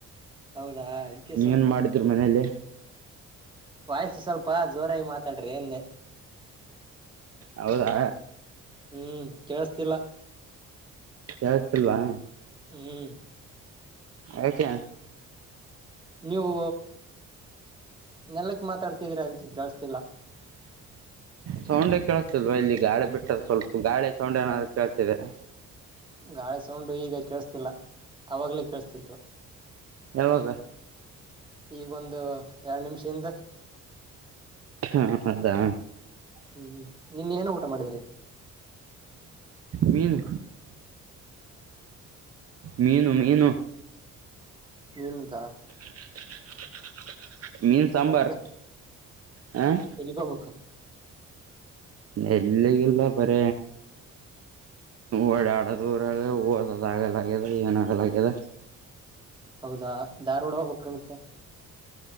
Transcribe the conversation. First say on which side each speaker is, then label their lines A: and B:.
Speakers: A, on the right; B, on the right.
A: ಹೌದಾ ಅದಕ್ಕೆ ಸ್ವಲ್ಪ
B: ಏನ್ ಮಾಡಿದ್ರು ಮನೇಲಿ
A: ವಾಯಸು ಸ್ವಲ್ಪ ಜೋರಾಗಿ ಮಾತಾಡ್ರಿ ಎಂದೆ
B: ಹೌದಾ
A: ಹ್ಮ್ ಕೇಳಸ್ತಿಲ್ಲ
B: ಯತಲ್ವಾ
A: ಹ್ಮ್
B: ಕ್ಕೆೆ
A: ನೀವು ನೆಲಕ್ ಮಾತಾಡ್ತಿದೀರಾ ಅದಕ್ಕೆ ಕಳ್ಸ್ತಿಲ್ಲ
B: ಸೌಂಡೆ ಕೇಳಿಸತಲ್ವಾ ಇಲ್ಲಿ ಗಾಳಿ ಬಿಟ್ಟದ ಸ್ವಲ್ಪ ಗಾಳಿ ಸೌಂಡೆ ಏನಾದ ಕೇಳ್ತಿದಾ
A: ಗಾಳಿ ಸೌಂಡು ಈಗ ಕೇಳಸ್ತಿಲ್ಲ ಅವಾಗಲೇ ಕೇಳ್ಸ್ತಿತ್ತು
B: ಯಾವಾಗ
A: ಈಗೊಂದು ಎರಡ್ ನಿಮಿಷ ಇಿಂದ
B: ಹಾ ಅದಾ
A: ಹ್ಮ್್ಮ್ ನೀನ್ ಏನ ಊಟ ಮಾಡಿದಿರಿ
B: ಮೀನು ಮೀನು ಮೀನು
A: ನಿನ್ದಾ
B: ಚಿಕ್ ಚಿಕ್ ಮೀನ್ ಸಾಂಬಾರ
A: ಮತ್ತೆ
B: ಹಾಂ
A: ಎಲ್ಲಿಗ್ ಹೋಗ್ಬೇಕು
B: ಎಲ್ಲಗಲ್ಲ ಪರ ಒಡಡ ದೂರ ಹದ ತಾಗ ಲಾಗ ಹೊ ಜನಾಗ ಲಾಗದ
A: ಹೌದಾ ದಾರ್ೋಡ ಹೋಗಬ್ರ ಮತ್ತೆ